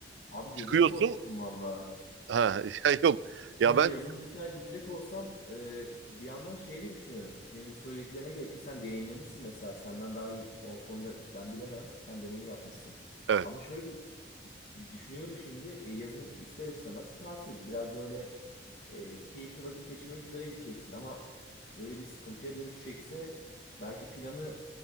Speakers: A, on the left; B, on the right.
A: Abi gözümü
B: çıkıyorsun
A: korkuttun valla.
B: ha <laughs> ya yok.
A: Şimdi
B: Ya ben
A: yazın mesela gidecek olsam e, bir yandan şey de düşünüyorum. Senin bu söylediklerine göre ki sen deneyimlemişsin mesela. Senden daha iyi o konuda ben bilemem. Sen deneyim yapmışsın.
B: evet
A: Ama şöyle Düşünüyorum şimdi e, yazın ister istemez tatil. Biraz böyle e, keyifli vakit geçirmek üzere gideceksin ama böyle bir sıkıntıya dönüşecekse belki planı